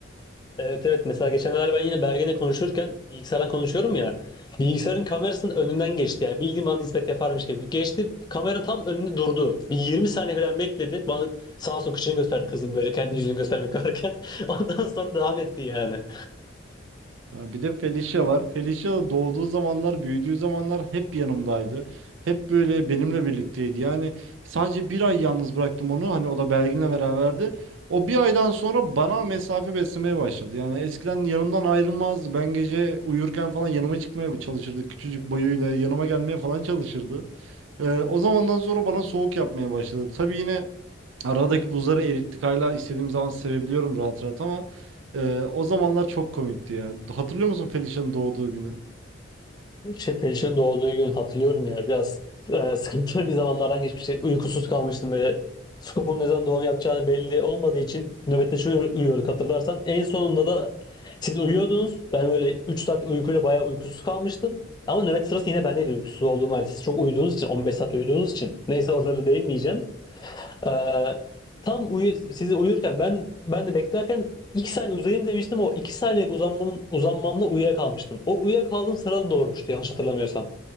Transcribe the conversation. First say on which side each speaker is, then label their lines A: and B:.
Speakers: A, on the left (about 20°); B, on the right (about 75°).
A: Evet evet mesela geçenlerde ben yine Bergen'le konuşurken bilgisayardan konuşuyorum ya bilgisayarın kamerasının önünden geçti yani bildiğim bana nispet yaparmış gibi geçti kamera tam önünde durdu bir 20 saniye falan bekledi bana sağ olsun kıçını gösterdi kızım böyle kendi yüzünü göstermek varken <laughs> ondan sonra devam etti yani.
B: Ha, Bir de Felicia var. Felicia da doğduğu zamanlar, büyüdüğü zamanlar hep yanımdaydı. Hep böyle benimle birlikteydi. Yani sadece bir ay yalnız bıraktım onu. Hani o da Belgin'le beraberdi. O bir aydan sonra bana mesafe beslemeye başladı. Yani eskiden yanımdan ayrılmazdı. Ben gece uyurken falan yanıma çıkmaya çalışırdı. Küçücük boyuyla yanıma gelmeye falan çalışırdı. Ee, o zamandan sonra bana soğuk yapmaya başladı. Tabii yine Aradaki buzları erittik hala istediğim zaman sevebiliyorum rahat rahat ama e, o zamanlar çok komikti ya. Hatırlıyor musun Felicia'nın doğduğu günü?
A: Şey, Perişan'ın doğduğu gün hatırlıyorum ya. Biraz e, sıkıntılı bir zamanlardan geçmişti. Uykusuz kalmıştım böyle. Skop'un ne zaman doğum yapacağını belli olmadığı için nöbetleşe uyu- uyuyorduk hatırlarsan. En sonunda da siz uyuyordunuz. Ben böyle 3 saat uykuyla bayağı uykusuz kalmıştım. Ama nöbet sırası yine bendeydi uykusuz olduğum halde. Siz çok uyuduğunuz için 15 saat uyuduğunuz için. Neyse oraları değinmeyeceğim. Ee, tam uyu, sizi uyurken ben ben de beklerken iki saniye uzayayım demiştim. O iki saniyelik uzanmamın, uzanmamla uyuyakalmıştım. O uyuyakaldığım sırada doğurmuştu yanlış hatırlamıyorsam.